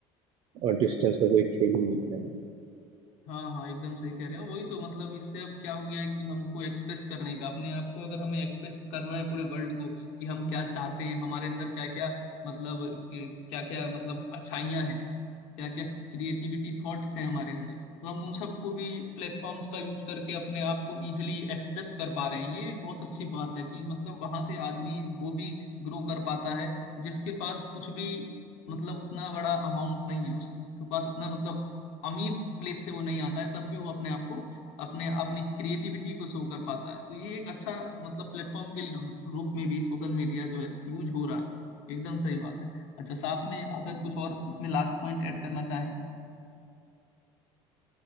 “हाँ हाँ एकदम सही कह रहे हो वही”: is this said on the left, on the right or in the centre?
Left